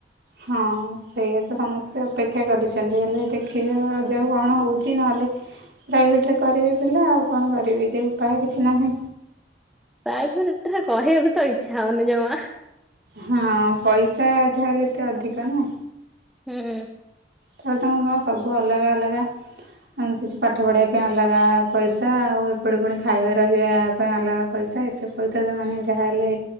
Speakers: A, on the right; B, in the centre.
A: ଁ <inaudible> ହଁ। ସେଇଆା ତ ସମସ୍ତେ ଅପେକ୍ଷା କରିଛନ୍ତି। ହେଲେ ଦେଖିବା, ଯେଉଁ କଣ ହେଉଛି। ନହେଲେ ପ୍ରାଇଭେଟ୍ରରେ କରିବେ ପିଲା ଆଉ। କଣ କରିବେ ଯେ ଉପାୟ କିଛି ନାହିଁ।
B: ପ୍ରାଇଭେଟ ରେ, କହିବାକୁ ତ ଇଚ୍ଛା ହେଉନି ଜମା
A: ହଁ। ପଇସା ଯାହା ହେଲେ, ଏତେ ଅଧିକ ନା
B: ହୁଁ
A: ତାପରେ ତମ ଗାଁ, ସବୁ ଅଲଗା, ଅଲଗା। ଆ ସେଠି ପାଠ ପଢ଼ବା ପାଇଁ ଅଲଗା ପଇସା। ଆଉ, ଏପରି ପୁଣି ଖାଇବା, ରହିବା ପାଇଁ ଅଲଗା ପଇସା। ଏ ଏହି ପଇସା, ତ ମାନେ ଯାହା ହେଲେ